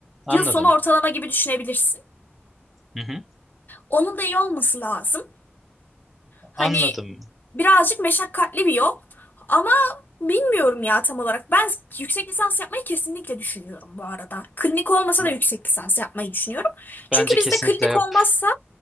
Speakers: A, in the centre; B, on the left.
A: anladım.
B: Yıl sonu ortalama gibi düşünebilirsin.
A: Hı hı,
B: Onun da iyi olması lazım. Hani
A: anladım.
B: birazcık meşakkatli bir yol ama bilmiyorum ya tam olarak. Ben yüksek lisans yapmayı kesinlikle düşünüyorum bu arada. Klinik olmasa da
A: B-
B: yüksek lisans yapmayı düşünüyorum. Çünkü
A: Bence
B: bizde
A: kesinlikle
B: klinik
A: yap.
B: olmazsa